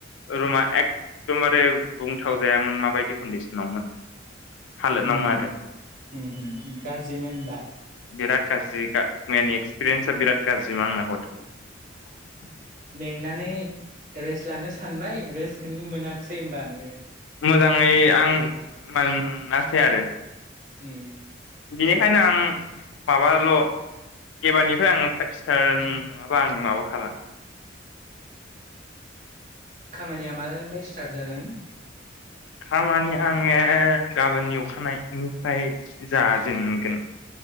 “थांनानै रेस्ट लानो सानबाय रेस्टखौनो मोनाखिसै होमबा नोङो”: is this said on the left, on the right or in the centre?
Right